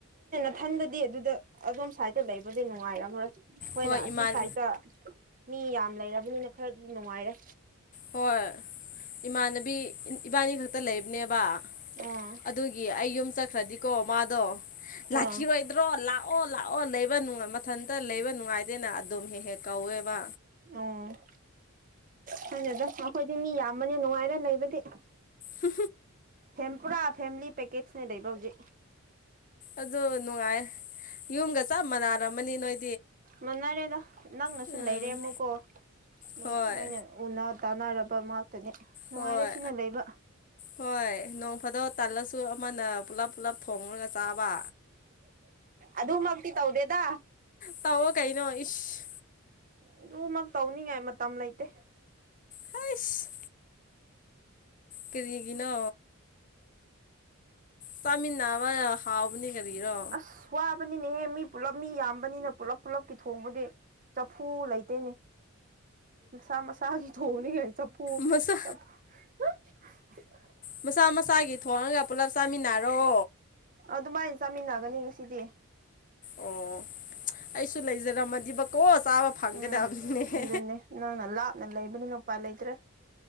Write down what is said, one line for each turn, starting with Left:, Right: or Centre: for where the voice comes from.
Right: ꯏꯊꯟꯗꯗꯤ ꯑꯗꯨꯗ ꯑꯗꯣꯝ ꯁꯥꯏꯗ ꯂꯩꯕꯗꯤ ꯅꯨꯡꯉꯥꯏꯔꯝꯣꯏ ꯑꯩꯣꯏꯅ
Left: ꯍꯣꯏ ꯏꯃꯥꯟ
Right: ꯑꯁꯤ ꯁꯥꯏꯗꯠꯇ ꯃꯤ ꯌꯥꯝ ꯂꯩꯔꯕꯅꯤꯅ ꯈꯔꯗꯤ ꯅꯨꯡꯉꯥꯏꯔꯦ
Left: ꯍꯣꯏ ꯏꯃꯥꯟꯅꯕꯤ ꯏꯕꯥꯅꯤ ꯈꯛꯇ ꯂꯩꯕꯅꯦꯕ
Right: ꯑꯥ
Left: ꯑꯗꯨꯒꯤ ꯑꯩ ꯌꯨꯝ ꯆꯠꯈ꯭ꯔꯗꯤꯀꯣ ꯃꯥꯗꯣ ꯂꯥꯛꯈꯤꯔꯣꯏ
Right: ꯑꯥ
Left: ꯇ꯭ꯔꯣ ꯂꯥꯛꯑꯣ ꯂꯥꯛꯑꯣ ꯂꯩꯕ ꯅꯨꯡꯉꯥꯏ ꯃꯊꯟꯇ ꯂꯩꯕ ꯅꯨꯡꯉꯥꯏꯇꯦꯅ ꯑꯗꯨꯝ ꯍꯦꯛ ꯍꯦꯛ ꯀꯧꯋꯦꯕ
Right: ꯎꯝ ꯈꯪꯗꯦꯗ ꯑꯩꯈꯣꯏꯗꯤ ꯃꯤ ꯌꯥꯝꯕꯅꯤ ꯅꯨꯡꯉꯥꯏꯔꯦ ꯂꯩꯕꯗꯤ
Left: ꯍ
Right: ꯐꯄꯥ ꯐꯦ ꯄꯦꯀꯦꯠꯅꯦ ꯂꯩꯕ ꯍꯧꯖꯤ
Left: ꯑꯗꯨ ꯅꯨꯡꯉꯥꯏ ꯌꯨꯝꯒ ꯆꯞ ꯃꯥꯟꯅꯔꯝꯃꯅꯤ ꯅꯣꯏ
Right: ꯃꯅꯔꯦꯗ ꯅꯪꯅꯁꯨ
Left: ꯎꯝ
Right: ꯂꯩꯔꯦ ꯑꯃꯨꯛꯀꯣ ꯑꯗꯨꯝ
Left: ꯍꯣꯏ
Right: ꯅꯣꯏꯅ ꯎꯅ ꯇꯥꯅꯔꯕ ꯉꯥꯛꯇꯅꯤ ꯅꯨꯡꯉꯥꯏꯔꯦ
Left: ꯍꯣꯏ
Right: ꯁꯤꯅ ꯂꯩꯕ
Left: ꯍꯣꯏ ꯅꯣꯡ ꯐꯥꯗꯣꯛ ꯇꯥꯜꯂꯁꯨ ꯑꯃꯅ ꯄꯨꯂꯞ ꯄꯨꯂꯞ ꯊꯣꯉꯒ ꯆꯥꯕ
Right: ꯑꯗꯨꯃꯛꯇꯤ ꯇꯧꯗꯦꯗ
Left: ꯇꯧꯎꯣ ꯀꯩꯅꯣ ꯏꯤꯁ
Right: ꯑꯗꯨꯃꯛ ꯇꯧꯅꯤꯡꯉꯥꯏ ꯃꯇꯝ ꯂꯩꯇꯦ
Left: ꯈꯁ ꯀꯔꯤꯒꯤꯅꯣ ꯆꯥꯃꯤꯟꯅꯥꯕ ꯅ ꯈꯥꯎꯕꯅꯤ ꯀꯔꯤꯔꯣ
Right: ꯑꯁ ꯋꯥꯕꯅꯤꯅꯦꯍꯦ ꯃꯤ ꯄꯨꯂꯞ ꯃꯤ ꯌꯥꯝꯕꯅꯤꯅ ꯄꯨꯂꯞ ꯄꯨꯜꯂꯞꯀꯤ ꯊꯣꯡꯕꯗꯤ ꯆꯐꯨ ꯂꯩꯇꯦꯅꯦ ꯁꯥ ꯃ ꯁꯥꯥꯒꯤ ꯊꯎꯅꯤꯒꯦ ꯆꯞꯄꯨ
Left: ꯃꯁꯥ
Right: ꯆ ꯑ <unintelligible> <inaudible>
Left: ꯃꯁꯥ ꯃꯁꯥꯒꯤ ꯊꯣꯡꯉꯒ ꯄꯨꯂꯞ ꯆꯥꯃꯤꯟꯅꯔꯣ
Right: ꯑꯗꯨꯃꯥꯏꯅ ꯆꯥꯃꯤꯟꯅꯒꯅꯤ ꯉꯁꯤꯗꯤ
Left: ꯑꯣ ꯑꯩꯁꯨ ꯂꯩꯖꯔꯝꯃꯗꯤꯕꯀꯣ ꯆꯥꯕ ꯐꯪꯒꯗꯕꯅꯤꯅꯦ
Right: ꯎꯝ ꯑꯗꯨꯅꯦ ꯅꯪꯅ ꯂꯥꯞꯅ ꯂꯩꯕꯅꯤꯅꯄꯥꯥꯏ ꯂꯩꯇ꯭ꯔꯦ